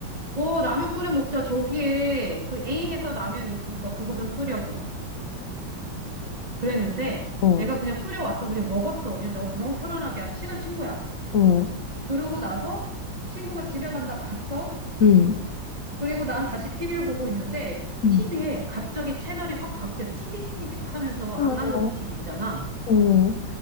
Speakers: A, on the right; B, on the left.
A: 어, 라면 끓여 먹자. 저기에 그 A 회사 라면 있으니까 그거 좀 끓여줘. 그랬는데
B: 어,
A: 애가 그냥 끓여왔어. 그냥 먹었어. 그냥 너무, 너무 편안하게 아주 친한 친구야.
B: 어,
A: 그러고 나서 친구가 집에 간다 갔어.
B: 음,
A: 그리고 난 다시 TV를 보고 있는데
B: 음.
A: TV에 갑자기 채널이 확 바뀌어 찌지지지직 하면서 아날로그
B: 어, 어,
A: TV 있잖아.
B: 어,